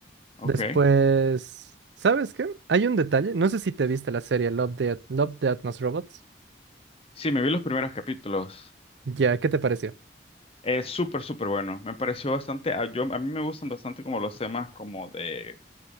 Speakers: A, on the left; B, on the right.
A: Ok.
B: Después, ¿sabes qué? Hay un detalle. No sé si te viste la serie Love, Death, Love, Death, Most Robots.
A: Sí, me vi los primeros capítulos.
B: Ya, ¿qué te pareció?
A: Es súper, súper bueno. Me pareció bastante, a, yo, a mí me gustan bastante como los temas como de,